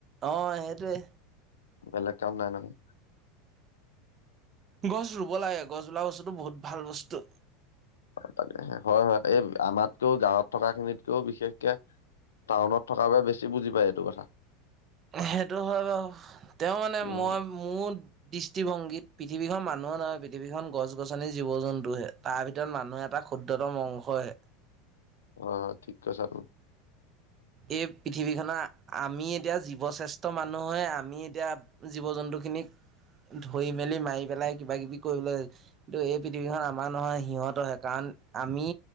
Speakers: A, on the right; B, on the left.
A: অ সেইটোৱে।
B: বেলেক কাম নাই নহয়।
A: গছ ৰুব লাগে, গছ বোলা বস্তুটো বহুত ভাল বস্তু।
B: তাকেহে, হয় হয়। এই আমাতকেও গাঁৱত থকা খিনিতকেও বিশেষকে। টাউনত থকাৰ বাবে বেছি বুজি পায় এইটো কথা।
A: সেইটো হয় বাৱ। তেওঁ মানে
B: উম
A: মই মোৰ দৃষ্টিভংগী। পৃথিৱীখন মানুহ নহয়, পৃথিৱীখন গছ গছনিৰ জীৱ জন্তুহে। তাৰ ভিতৰত মানুহে এটা ক্ষুদ্ৰতম অংশহে।
B: অ ঠিক কৈছ এতো।
A: এই পৃথিৱী খনৰ আমি এতিয়া জীৱশ্ৰেষ্ঠ মানুহে আমি এতিয়া জীৱ জন্তু। বন্ধুখিনিক। ধৰি মেলি মাৰি পেলাই কিবা কিবি কৰিবলৈ, কিন্তু এই পৃথিৱীখন আমাৰ নহয় সিহঁতহে কাৰণ। আমি